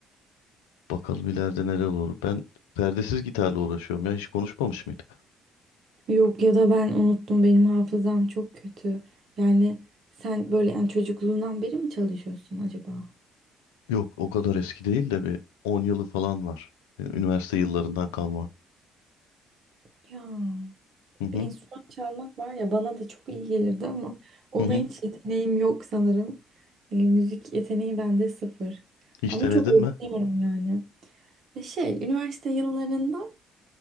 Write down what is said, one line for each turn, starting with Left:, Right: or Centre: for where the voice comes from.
Left: Bakalım ileride neler olur. Ben perdesiz gitarla uğraşıyorum ya. Hiç konuşmamış mıydık?
Right: Yok ya da ben unuttum benim hafızam çok kötü. Yani sen böyle yani çocukluğundan beri mi çalışıyorsun acaba?
Left: Yok o kadar eski değil de bir 10 yılı falan var. Yani üniversite yıllarından kalma.
Right: Ya
Left: Hı hı
Right: bir enstrüman çalmak var ya bana da çok iyi gelirdi ama ona
Left: hı hı.
Right: hiç yeteneğim yok sanırım. E, müzik yeteneği bende sıfır.
Left: Hiç
Right: Ama
Left: denedin
Right: çok özeniyorum
Left: mi?
Right: yani. E, şey üniversite yıllarında